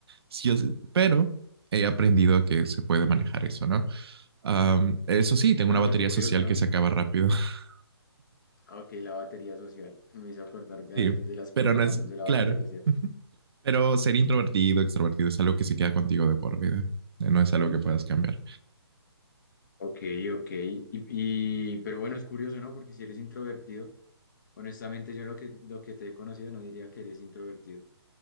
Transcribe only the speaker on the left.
Ok,
No,
pues
curioso,
¿no?
Ah, ok, la batería social. <laughs> Me hizo acordar de,
de las propagandas
de la
batería social.
Ok, ok. Y, y- pero bueno, es curioso, ¿no? Porque si eres introvertido Honestamente, yo lo que, lo que te he conocido no diría que eres introvertido,